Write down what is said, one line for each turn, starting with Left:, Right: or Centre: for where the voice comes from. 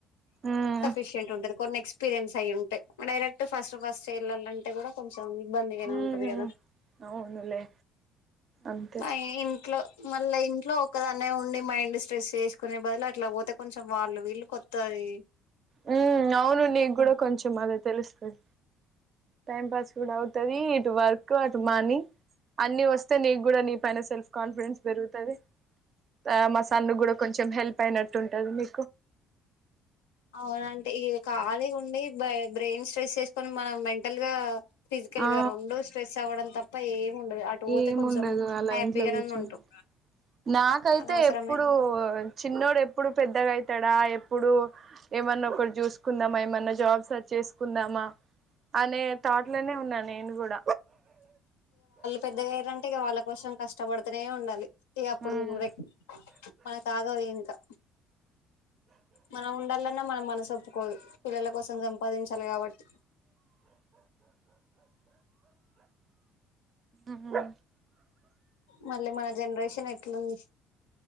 Right: ఉమ్
Left: సఫిషంట్ ఉంటది కొన్ ఎక్స్పీరియన్స్ అయి ఉంటయి డైరెక్ట్ ఫస్ట్ ఫస్ట్ సెళ్లాలుంటే గూడా కోం చం ఇబ్బంది గానే
Right: ఉమ్
Left: ఉంటది గదా
Right: అవునులే అంతే
Left: మా ఇంట్లో మళ్ళా ఇంట్లో ఒక్కదాన్నే ఉండి మైండ్ స్ట్రెస్ జేస్కునే బదులు అట్లా వోతే కొంచెం వాళ్ళు వీళ్ళు కొత్ తది
Right: మ్మ్ అవును నీగూడా కొంచెం అదే తెలుస్తది టైం పాస్ కూడావుతది ఇటు వర్క్ అటు మనీ అన్ని ఓస్తే నీ గూడా నీ పైన సెల్ఫ్ కాన్ఫిడెన్స్ బేరుగుతది అ మా సన్ను గూడా కొంచెం హెల్ప్ అయినట్టు ఉంటంది మీ
Left: అవునంటే ఇ ఖాళీ ఉండి బై బ్రెయిన్ స్ట్రెస్ చేస్కోని మనం మెంటల్ గా ఫిజికల్గా
Right: ఆ
Left: రెండు స్ట్రెస్ అవ్వడం తప్ప ఏం ఉండదు అటు వోతే
Right: ఏముండదు
Left: కొంచెం
Right: అలా
Left: హ్యాపీగాన్న
Right: ఇంట్లో కూర్చొని
Left: ఉంటం
Right: నాకైతే
Left: అనోస్రమైన
Right: ఎప్పుడు చిన్నోడు ఎప్పుడు పెద్దగయితా డా ఎప్పుడు ఏమన్నొక్కటి జుస్కుందామా ఏమన్నా జాబ్ సెర్చ్ ఏస్కుందామా అనే తాట్లోనే ఉన్నా నేను గూడ
Left: పెద్దగాయిరంటే ఇగ వాళ్ళ కోసం కష్టవడుతానే ఉండాలి ఈగ అప్పుడు
Right: ఉమ్
Left: లైక్ మనకగాదు ఇంకా మనం ఉండాలన్నా మన మనసోప్పుకోదు పిల్లల కోసం సంపాదించాలి గాబట్టి
Right: ఆహా
Left: మళ్ళీ మన జెనరేషన్ ఎట్లుంది